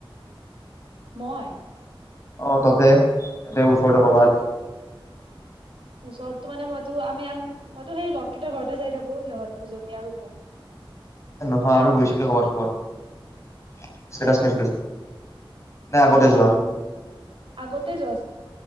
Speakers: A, on the right; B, on the left.
A: মই
B: অ' তাতে ইয়াতে ওচৰতে কৰবাত
A: ওচৰতো মানে মইতো আমিম মইতো সেই লগকেইটাৰ ঘৰতে গৈ থাকো সিহঁত দুজনী আৰু কোন
B: নহয় আৰু গৈছিলো কৰ'বাত ক'বাত ষ্টেটাছ পাইছিলো নে আগতে
A: উম
B: যোৱা
A: আগতে যোৱা